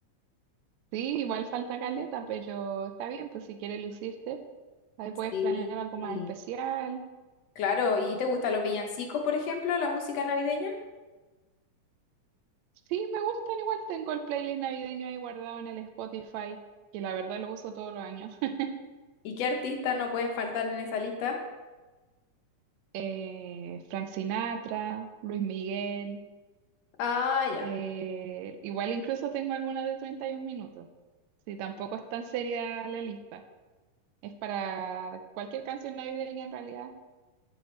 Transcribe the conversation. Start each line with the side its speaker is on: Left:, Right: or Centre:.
Right: Sí, igual falta caleta, pero está bien, pues si quieres lucirte, ahí puedes
Left: Sí,
Right: planear algo
Left: sí.
Right: más especial.
Left: Claro, ¿y te gustan los villancicos, por ejemplo, la música navideña?
Right: Sí, me gustan igual. Tengo el playlist navideño ahí guardado en el Spotify, que la verdad lo uso todos los años. <laughs>
Left: ¿Y qué artistas no pueden faltar en esa lista?
Right: Eh, Frank Sinatra, Luis Miguel.
Left: Ah, ya,
Right: eh, igual incluso tengo algunas de 31 minutos. Sí, tampoco es tan seria la lista. Es para cualquier canción navideña en realidad,